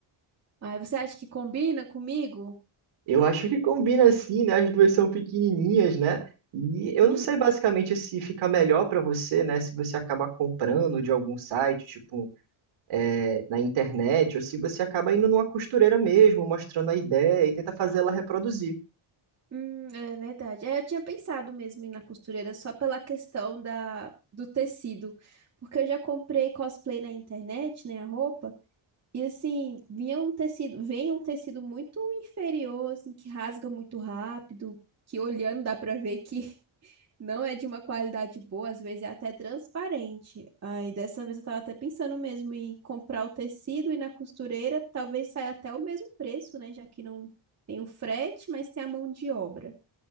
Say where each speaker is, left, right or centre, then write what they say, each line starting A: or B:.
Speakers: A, on the right; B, on the right.
A: Ai, você acha que combina comigo?
B: Eu acho que combina assim, né? As duas são pequenininhas, né? E eu
A: <laughs>
B: não sei basicamente se fica melhor para você, né? Se você acaba comprando de algum site, tipo, é, na internet, ou se você acaba indo numa costureira mesmo, mostrando a ideia e tenta fazer ela reproduzir.
A: Hum, é verdade. É, eu tinha pensado mesmo em ir na costureira só pela questão da, do tecido, porque eu já comprei cosplay na internet, né, a roupa, e assim, vinha um tecido, vem um tecido muito inferior, assim, que rasga muito rápido, que olhando dá pra ver que <laughs> não é de uma qualidade boa, às vezes é até transparente. Aí dessa vez eu tava até pensando mesmo em comprar o tecido e ir na costureira, talvez saia até o mesmo preço, né, já que não tem o frete, mas tem a mão de obra.